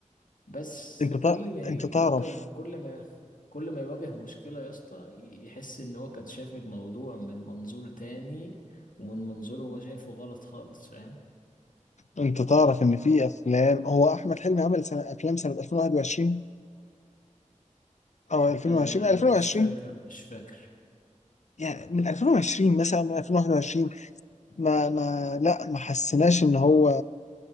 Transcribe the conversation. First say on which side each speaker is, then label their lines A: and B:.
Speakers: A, on the left; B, on the left.
A: بس
B: انت تع...
A: كل ما
B: انت
A: يواجه
B: تعرف
A: كل ما كل ما يواجه مشكلة يا اسطى يحس إن هو كان شايف الموضوع من منظور تاني ومن منظور هو شايفه غلط خالص فاهم
B: انت تعرف ان في افلام هو احمد حلمي عمل سنة... افلام سنه 2021 او 2020
A: آه
B: 2020
A: مش فاكر مش فاكر
B: يعني من 2020 مثلا من 2021 ما ما لا ما حسيناش ان هو